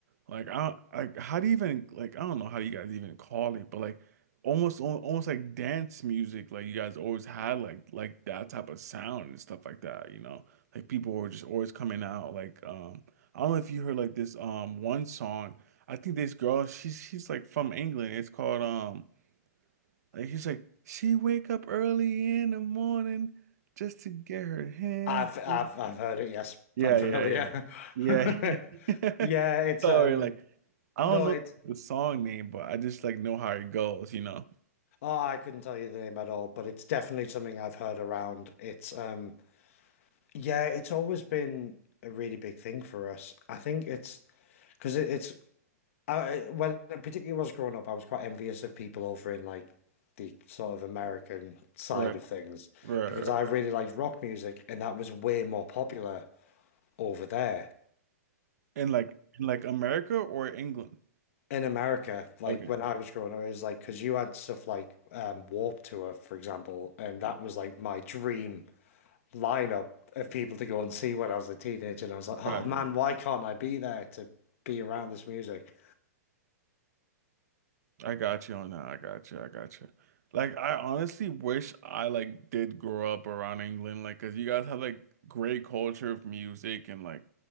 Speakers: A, on the right; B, on the left.
A: like I like how do you even like I don't know how you guys even call it, but like almost al- almost like dance music, like you guys always had like like that type of sound and stuff like that, you know, like people were just always coming out like um I don't know if you heard like this um one song, I think this girl she's she's like from England, it's called um. Like he's like, she wake up early in the morning just to get her hands.
B: I've I've
A: <laughs>
B: I've heard it, yes.
A: Yeah,
B: I'm familiar.
A: yeah, yeah.
B: <laughs>
A: Yeah.
B: Yeah,
A: <laughs>
B: it's
A: Sorry,
B: um
A: like I don't
B: no,
A: know
B: it's
A: the song name, but I just like know how it goes, you know?
B: oh I couldn't tell you the name at all, but it's definitely something I've heard around. It's um yeah, it's always been a really big thing for us. I think it's because it, it's I when particularly when I was growing up, I was quite envious of people over in like the sort of American side
A: Right,
B: of things
A: right,
B: because
A: right,
B: I really
A: right.
B: liked rock music and that was way more popular over there.
A: In like in like America or England?
B: In America, like
A: Okay.
B: when I was growing up, it was like because you had stuff like um, Warped Tour, for example, and that was like my dream lineup of people to go and see when I was a teenager. And I was like,
A: Right,
B: oh man,
A: right.
B: why can't I be there to be around this music?
A: I got you on that. I got you. I got you. Like I honestly wish I like did grow up around England, like because you guys have like great culture of music and like